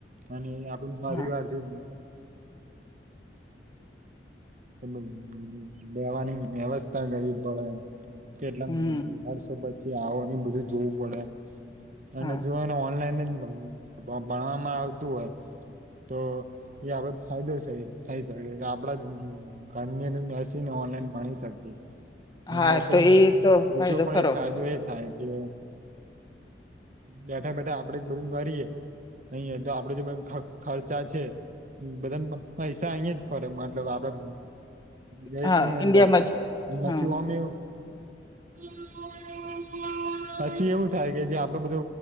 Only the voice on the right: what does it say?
<unintelligible> જવું પડે
એ રેવાની વ્યવસ્થા કરવી પડે. કેટલા
વર્ષો પછી આવો અને બધું જોવું પડે. અને
જો એને ઓનલાઈન જ ભણવામાં આવતું હોય તો એ આપડ ફાયદો થ થાય શકે કે આપડા જ ઘરની અંદર બેસીને ઓનલાઈન ભણી શકીએ. અને
પાછો
એક
બીજો ફાયદો
એ જ થાય કે બેઠા બેઠા આપડે જ બધું કરીએ. અહીંયા તો આપડે જે ખર ખર્ચા છે. બધા પૈસા અહીં જ ફરે મતલબ આપડે દેશની
અંદર
<unintelligible>
પછી એવું થાય કે જે આપડો બધો